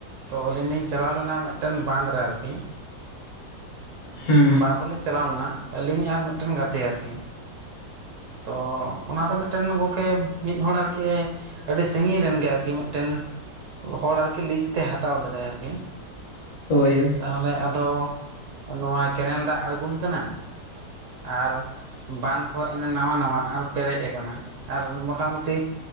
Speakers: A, on the right; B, on the left.
A: ᱛᱚ ᱟᱹᱞᱤᱧ ᱞᱤᱧ ᱪᱟᱞᱟᱣ ᱞᱮᱱᱟ ᱢᱤᱫ ᱴᱮᱱ ᱵᱟᱸᱫᱽ ᱨᱮ ᱟᱨᱠᱤ
B: ᱦᱮᱸ
A: ᱵᱟᱨ ᱦᱚᱲ ᱞᱤᱧ ᱪᱟᱞᱟᱣ ᱞᱮᱱᱟ ᱟᱹᱞᱤᱧ ᱟᱨ ᱢᱤᱫᱴᱮᱱ ᱜᱟᱛᱮ ᱟᱨᱠᱤ ᱛᱚ ᱚᱱᱟ ᱫᱚ ᱢᱤᱫ ᱴᱮᱱ ᱜᱚᱝᱠᱮ ᱢᱤᱫ ᱦᱚᱲ ᱟᱨᱠᱤ ᱟᱹᱰᱤ ᱥᱟᱺᱜᱤᱧ ᱨᱮᱱ ᱜᱮ ᱟᱨᱠᱤ ᱢᱤᱫ ᱴᱮᱱ ᱦᱚᱲ ᱟᱨᱠᱤ ᱞᱤᱡ ᱛᱮ ᱦᱟᱛᱟᱣ ᱞᱮᱫᱟᱭ ᱟᱨᱠᱤ
B: ᱦᱳᱭ ᱦᱳᱭ
A: ᱛᱟᱦᱚᱞᱮ ᱟᱫᱚ ᱱᱚᱣᱟ ᱠᱮᱱᱮᱞ ᱫᱟᱜ ᱟᱬᱜᱩᱱ ᱠᱟᱱᱟ ᱟᱨ ᱵᱟᱸᱫᱽ ᱦᱚ ᱮᱱᱮ ᱱᱟᱶᱟ ᱱᱟᱶᱟ ᱟᱨ ᱯᱮᱨᱮᱡ ᱟᱠᱟᱱᱟ ᱟᱨ ᱢᱚᱴᱟᱢᱩᱴᱤ